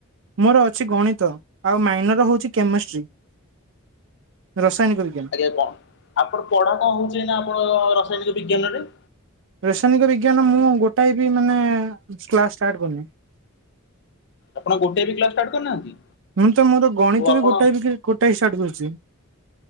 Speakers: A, on the right; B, on the left.
A: ମୋର ଅଛି ଗଣିତ ଆଉ ମାଇନର ହଉଛି କେମିଷ୍ଟ୍ରି ରାସାୟନିକ ବିଜ୍ଞାନ।
B: ଏ କଣ ଆପଣ ପଢାଟା ହଉଛି ଏଇନା ଆପଣଙ୍କ ରାସାୟନିକ ବିଜ୍ଞାନରେ?
A: ରସାୟନିକ ବିଜ୍ଞାନ ମୁଁ ଗୋଟାଏ ବି ମାନେ କ୍ଲାସ୍ ଷ୍ଟାର୍ଟ କରିନି।
B: ଆପଣ ଗୋଟେ ବି କ୍ଲାସ ଷ୍ଟାର୍ଟ କରିନାହାନ୍ତି?
A: ମୁଁ ତ ମୋର ଗଣିତ
B: ଓ ଆପଣ
A: ବି ଗୋଟା - ଗୋଟାଏ ଷ୍ଟାର୍ଟ କରିଛି।